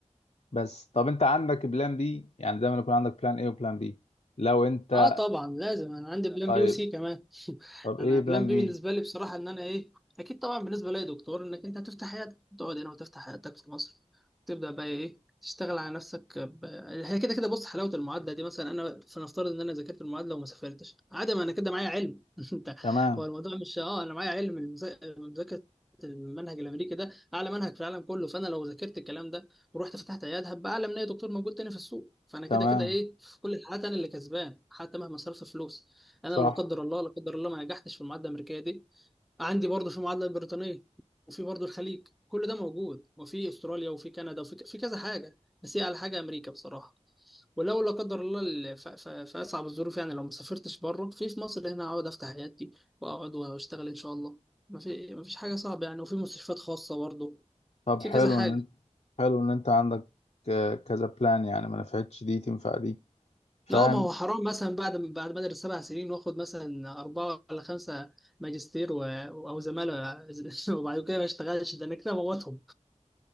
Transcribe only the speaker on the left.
بس طب انت عندك بلان بي يعني دايما يكون عندك بلان ايه وبلان بي لو انت
طيب
طب ايه
بلان
بي
تمام
تمام
صح
طب
حلو
ان انت حلو ان انت عندك ك- كذا بلان يعني ما نفعتش دي تنفع دي فاهم